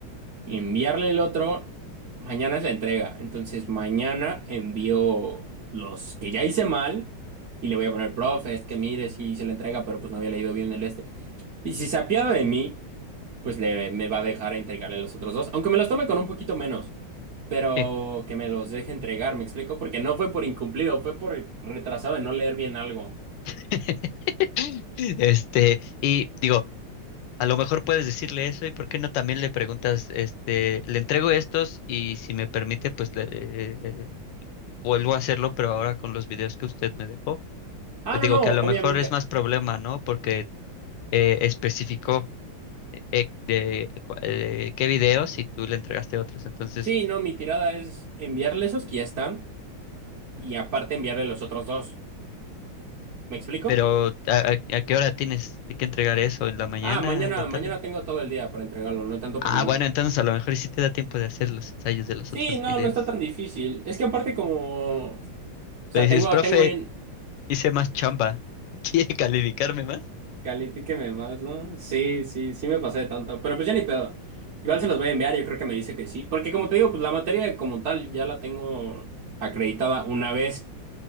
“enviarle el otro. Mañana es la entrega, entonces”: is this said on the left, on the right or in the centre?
Right